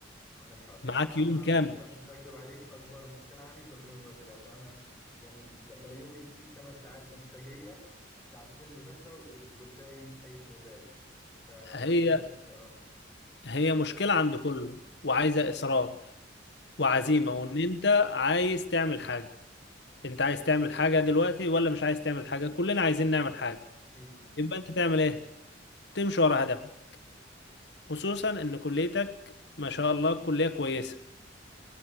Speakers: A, in the centre; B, on the left.
A: عندك حق بصراحه
B: معاك
A: انا
B: يوم
A: انا
B: كامل
A: مش مش هكدب عليك اكبر مشكله عندي تنظيم الوقت ده عشان انا يعني ل- لو يومي فيه 8 ساعات انتاجيه ساعتين مذاكره وال... والباقي اي استهبال فتنظيم
B: هي
A: الوقت اه
B: هي مشكلة عند كله وعايزة إصرار وعزيمة
A: صح
B: وان انت عايز تعمل حاجة انت عايز تعمل حاجة دلوقتي ولا مش عايز تعمل حاجة كلنا عايزين نعمل حاجة
A: اكيد مم.
B: يبقى انت تعمل ايه تمشي ورا هدفك خصوصا ان كليتك ما شاء الله كلية كويسة